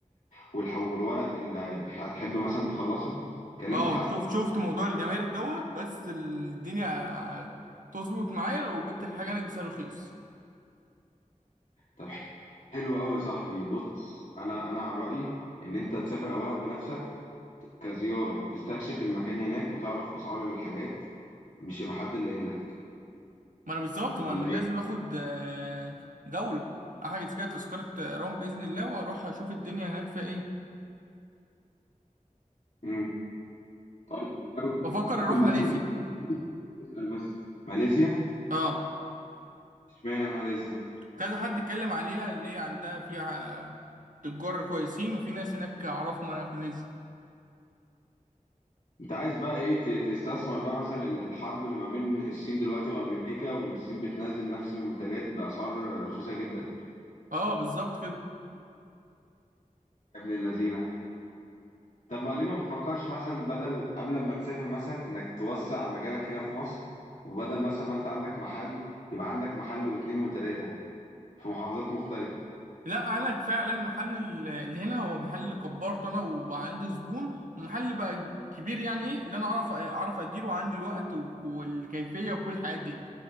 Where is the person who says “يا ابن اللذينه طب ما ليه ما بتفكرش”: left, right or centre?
Left